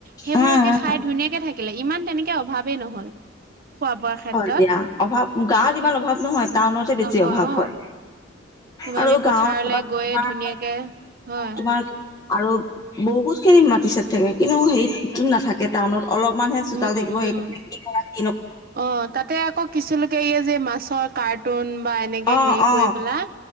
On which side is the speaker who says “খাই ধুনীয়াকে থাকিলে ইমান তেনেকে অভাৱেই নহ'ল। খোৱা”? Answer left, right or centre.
Right